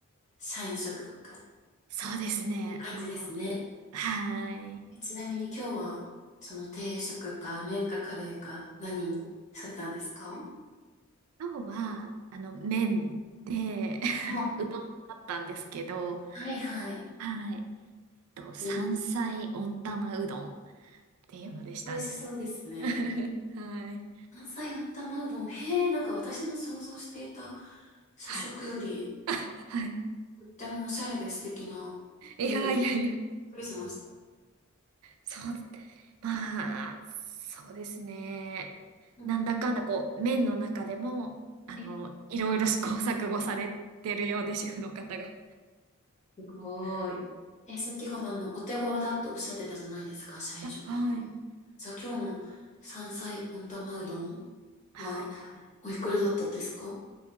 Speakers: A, on the left; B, on the right.
A: 社員食堂かっ
B: そうですね。
A: ていう感じですね。
B: もう、はい。
A: えちなみに今日は、その定食か、麺かカレーか、何にされたんですか
B: 今日は、あの、麺で、<laughs>
A: あ、
B: うどんだったんですけど、
A: はいはい。
B: はい。と、山菜温玉うどんっ
A: いいですね
B: ていうのでしたね。
A: 美味しそうですね。
B: <laughs> はい。
A: 関西温玉うどん。へえ、なんか私の想像していた社食より、
B: はい。はい。<laughs>
A: とってもおしゃれで素敵なメニュー、
B: いやいやいや、
A: びっくりしました。
B: そうだって。まあ、そうですね。
A: 本
B: なんだかんだこう、面の中でも、
A: 当に
B: あの、いろいろ試行錯誤されてるようで、主婦の方が。
A: すごい。
B: はい。
A: え、先ほどあの、お手頃だっておっしゃってたじゃないですか、社員食堂。
B: あ、はい。
A: じゃあ今日の山菜温玉うどん
B: はい。
A: は、おいくらだったんですか